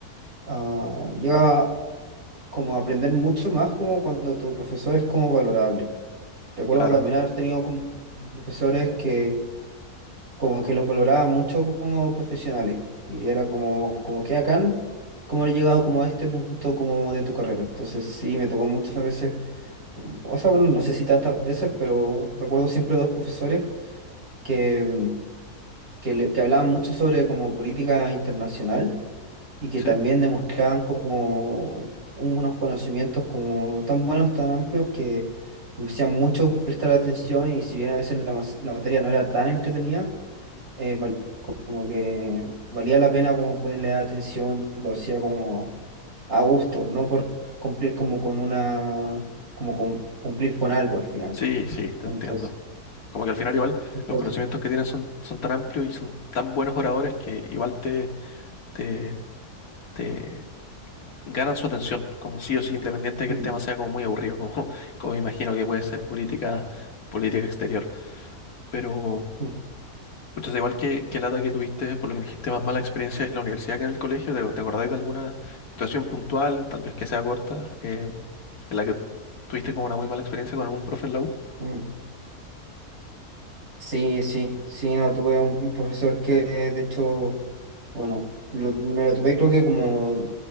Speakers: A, on the right; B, on the left.
A: ah, llega como a aprender mucho más como cuando tu profesor es como valorable. Recuerdo
B: Claro,
A: también haber tenido como profesores que como que los valoraba mucho como profesionales y era como, como que acá, como he llegado como a este punto como de tu carrera. Entonces sí, me tocó muchas veces, mm, o sea, bueno, no sé si tantas veces, pero recuerdo siempre dos profesores que, mm, que, le- que hablaban mucho sobre como política internacional y que
B: sí,
A: también demostraban como unos conocimientos como tan buenos, tan amplios que me hacían mucho prestar atención y si bien a veces la, mas- la materia no era tan entretenida, eh, val- como que valía la pena como ponerle atención, lo hacía como a gusto, no por cumplir como con una, como con- cumplir con algo al final.
B: sí, sí, te
A: Entonces,
B: entiendo. Como que al final igual
A: entonces,
B: los conocimientos que tienen son, son tan amplios y son tan buenos oradores que igual te, te, te ganan su atención, como sí o sí, independiente de
A: mm,
B: que el tema sea como muy aburrido, <laughs> como, como imagino que puede ser política, política exterior. Pero,
A: mm,
B: pucha, igual que, que lata que tuviste, por lo que me dijiste, más mala experiencia es la universidad que en el colegio. ¿Te, te acordáis de alguna situación puntual, tal vez que sea corta, eh, en la que tuviste como una muy mala experiencia con algún profe en la U?
A: mm. Sí, sí, sí, no, tuve un, un profesor que de hecho, bueno, lo- me lo topé creo que como